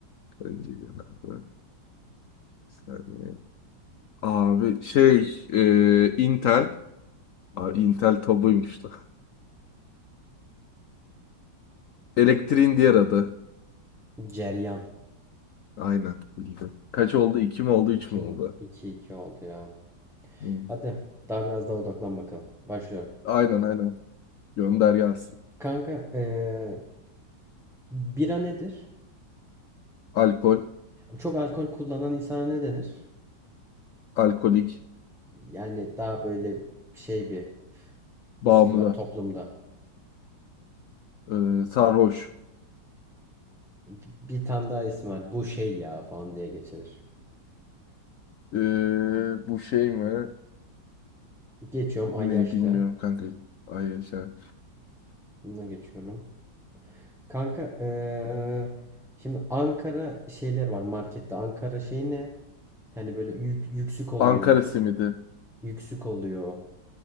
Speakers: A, on the left (about 85°); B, in the centre.
A: Karınca yiyen abi. Bir saniye. Abi şey e, Intel. Abi Intel tabuymuş lan. Elektriğin diğer adı.
B: <laughs> Ceryan.
A: Aynen bildim. Kaç oldu? İki mi oldu?
B: 2
A: Üç mü oldu?
B: mi? 2 iki oldu ya.
A: Hı.
B: Hadi daha biraz daha odaklan bakalım. Başlıyorum.
A: Aynen aynen. Gönder gelsin.
B: Kanka eee, Bira nedir?
A: Alkol.
B: Çok alkol kullanan insana ne denir?
A: Alkolik.
B: Yani daha böyle şey bir
A: Bağımlı.
B: ismi var toplumda.
A: e, sarhoş.
B: Bir tane daha ismi var. Bu şey ya falan diye geçilir.
A: E, bu şey mi?
B: Geçiyorum
A: Ne
B: Ayyaş'ta.
A: bilmiyorum kanka. Ay yaşa.
B: Bununla geçiyorum. Kanka eee, şimdi Ankara şeyler var markette. Ankara şey ne? Hani böyle yük, yüksük oluyor.
A: Ankara simidi.
B: Yüksük oluyor.